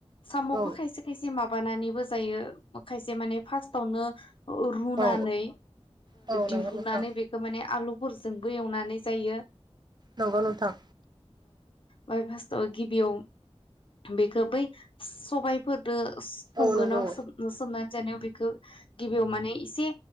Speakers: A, on the left (about 55°); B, on the right (about 40°).
A: साम'खौ
B: औ
A: खायसे खायसे माबानानैबो जायो। खायसे माने फार्स्टावनो ओ रुनानै
B: औ औ नंगौ
A: दिहुननानै
B: नोंथां
A: बेखौ माने आलुफोरजोंबो एवनानै जायो।
B: नंगौ नोंथां।
A: बाय फार्स्टआव गिबियाव बेखौ बै सबायफोर बिखो संगोनाव
B: औ नंगौ
A: सोब सोबनानै जानायाव बेखौ गिबियाव मानसे